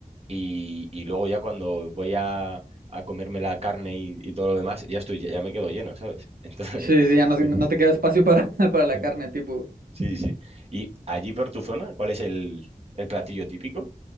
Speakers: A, on the right (about 45°); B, on the right (about 80°).
A: y, y luego ya cuando voy a, a comerme la carne y, y todo lo demás, ya estoy, ya me quedo lleno, ¿sabes? <laughs>
B: Sí, sí, ya no, no te queda espacio para, <laughs> para la
A: Entonces,
B: carne, tipo.
A: Sí, sí. ¿Y allí por tu zona, cuál es el, el platillo típico